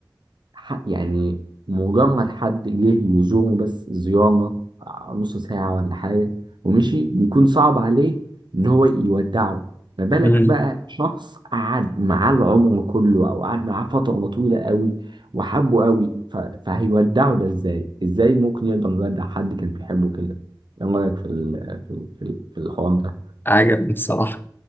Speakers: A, on the right; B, on the left.
A: ح- يعني مجرد حد جه يزوره بس زيارة نص ساعة ولا حاجة ومشي بيكون صعب عليه إن هو يودعه ما بالك
B: كده
A: بقى شخص قعد معاه العمر كله أو قعد معاه فترة طويلة قوي وحبه قوي ف... فهيودعه ده إزاي؟ إزاي ممكن يقدر يودع حد كان بيحبه كده؟ إيه رأيك في ال... في ال... في ال- في الحوار ده؟
B: عجبني بصراحة